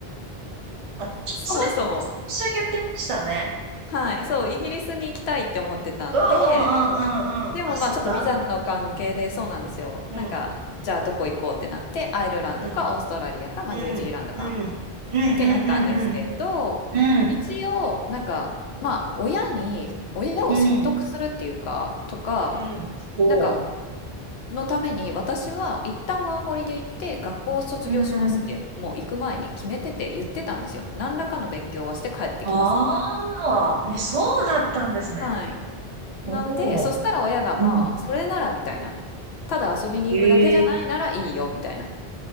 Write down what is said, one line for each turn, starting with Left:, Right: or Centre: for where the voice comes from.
Right: あ、
Left: そもそも。
Right: それ、最初言ってましたね。
Left: はい。そう、イギリスに行きたいって思ってたんで、
Right: うんうんうんうんうん。
Left: でもまあちょっとビザの関係でそうなんですよ。
Right: あ、そうだ。うん、
Left: なんか、じゃあどこ行こうってなって、アイルランドかオーストラリアか、
Right: うん、
Left: まあニュージーランドか。
Right: うん、うん、うん、うん、うん、
Left: てなったんですけど、
Right: うん、うん、
Left: 一応、なんか、まあ、親に、親を説得するっていうか、
Right: うん、
Left: とか、
Right: うんそ
Left: なんか、のために、私は一旦ワーホリで行って、学校を卒業しますって、
Right: う。うん。
Left: もう行く前に決めてて言ってたんですよ。何らかの勉強はして帰ってきますみたい
Right: ああ、え、そうだったんですね。
Left: な。はい。
Right: お
Left: なんで、そしたら親が、
Right: お。うん。
Left: まあ、それならみたいな。ただ遊びに行くだけじゃないならいいよみたいな
Right: へえ、